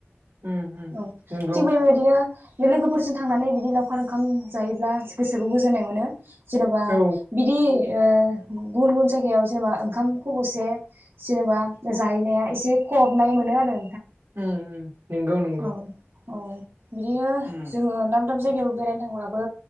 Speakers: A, on the right; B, on the right.
A: उम उम
B: औ थिग
A: नंगौ
B: बेबायदिन नो बे लोगोफोरजों थांनानै बिदि लावखार ओंखाम जायोब्ला गोसोखौ गोजोननाय मोनो जेनबा
A: औ
B: बिदि ओ गुन-गुबुन जायगायाव जेनेबा ओंखाम खबसे जेनेबा जाहैनाया एसे खहाबनाय मोनो आरो
A: उम उम नंगौ नंगौ
B: औ-औ बिदिनो
A: उम
B: जोङो दा दाब जायगायाव बेरायनो थांब्लाबो